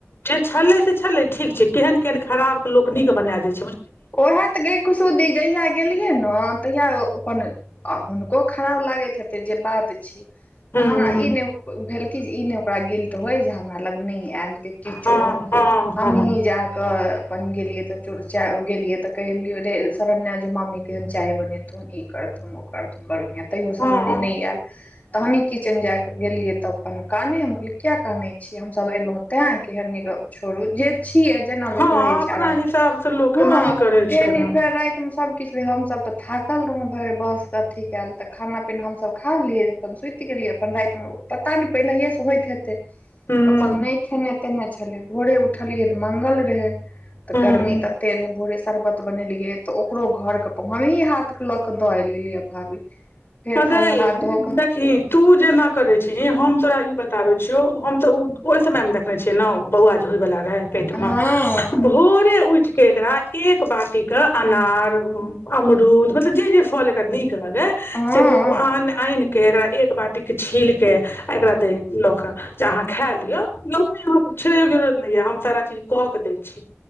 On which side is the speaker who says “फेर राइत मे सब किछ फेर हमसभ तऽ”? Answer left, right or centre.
Left